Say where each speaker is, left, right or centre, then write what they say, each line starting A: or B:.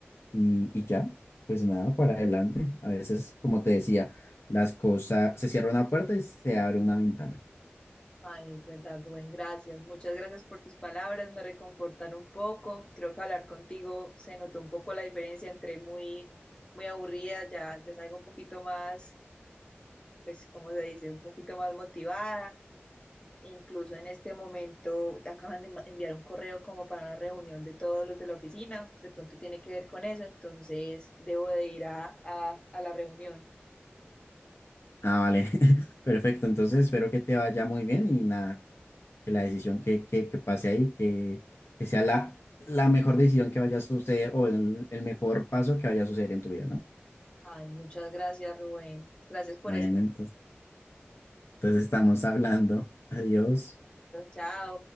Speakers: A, on the left; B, on the left.
A: y, y ya, pues nada, para adelante. A veces, como te decía, las cosas, se cierra una puerta y se abre una ventana.
B: Ay, es verdad, Rubén, gracias. Muchas gracias por tus palabras, me reconfortan un poco. Creo que hablar contigo se notó un poco la diferencia entre muy, muy aburrida, ya, ya salgo un poquito más, pues, ¿cómo se dice? Un poquito más motivada. Incluso en este momento acaban de ma- enviar un correo como para una reunión de todos los de la oficina. De pronto tiene que ver con eso, entonces debo de ir a, a, a la reunión.
A: Ah, vale, <laughs> perfecto. Entonces espero que te vaya muy bien y nada, que la decisión que, que, que pase ahí, que, que sea la, la mejor decisión que vaya a suceder o el el mejor paso que vaya a suceder en tu vida, ¿no?
B: Ay, muchas gracias, Rubén. Gracias por
A: Bueno,
B: ese...
A: entonces. Entonces estamos hablando. Adiós.
B: Chao.